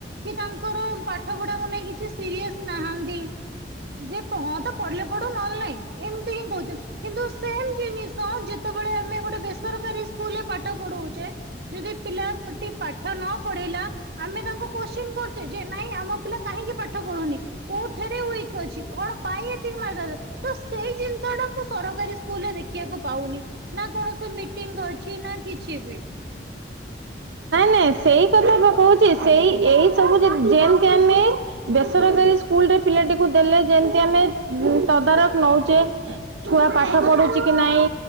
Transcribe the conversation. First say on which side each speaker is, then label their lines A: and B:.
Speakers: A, on the right; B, on the right.
A: କି ତାଙ୍କର ପାଠ ପଢାକୁ ନେଇ କିଛି ସିରିଅସ ନାହାନ୍ତି ଯେ ହଁ ତ ପଢିଲେ ପଢୁ ନଅଲେ ନାହିଁ ଏମିତି ହିଁ କହୁଛନ୍ତି। କିନ୍ତୁ ସେମ ଜିନିଷ ଯେତେବେଳେ ଆମେ ଗୋଟେ ବେସରକାରୀ ସ୍କୁଲ ରେ ପାଠ ପଢଉଛେ ଯଦି ପିଲାଟି ପାଠ ନ ପଢିଲା ଆମେ ତାଙ୍କୁ କୋତ୍ସିନ କରୁଛେ ଯେ ନାଇଁ ଆମ ପିଲା କାହିଁକି ପାଠ ପଢୁନି? କୋଉଥେରେ ୱିକ ଅଛି କଣ ପାଇଁ ଏତିକି ମାର୍କ ର ତ ସେଇ ଜିନିଷ ଟା ମୁଁ ସରକାରୀ ସ୍କୁ କୁଲ ରେ ଦେଖିବାକୁ ପାଉନି ନା କୌଣସି ମିଟିଂ ଅଛି ନା କିଛି ବି,
B: ସେ ସେଇ କଥା ବା କହୁଛି ସେଇ ଏଇ ସବୁ ଯେମି ଯେମିତି ଆମେ, ବେସରକାରୀ ସ୍କୁଲ ରେ ପିଲାଟିକୁ ଦେଲେ ଯେମିତି ଆମେ ତଦାରଖ ନଉଛେ, ଛୁଆ ପାଠ ପଢ଼ୁଛି କି ନାଇଁ,